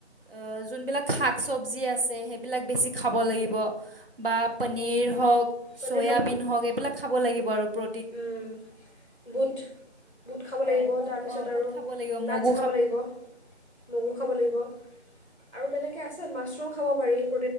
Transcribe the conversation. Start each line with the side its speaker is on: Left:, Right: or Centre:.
Right: অ যোনবিলাক শাক চবজি আছে সেইবিলাক বেছি খাব লাগিব ৷ বা পনীৰ হওক
Left: পনীৰ
Right: চয়াবিন হওক এইবিলাক খাব লাগিব আৰু প্ৰ
Left: উম বুট-বুট খাব
Right: হয়
Left: লাগিব?
Right: বুট
Left: তাৰপিছত
Right: অঁ বুট
Left: আৰু
Right: খাব লাগিব
Left: নাটছ
Right: মগু
Left: খাব লাগিব মগু খাব লাগিব আৰু তেনেকৈ আছে মাছৰুম খাব পাৰি ৷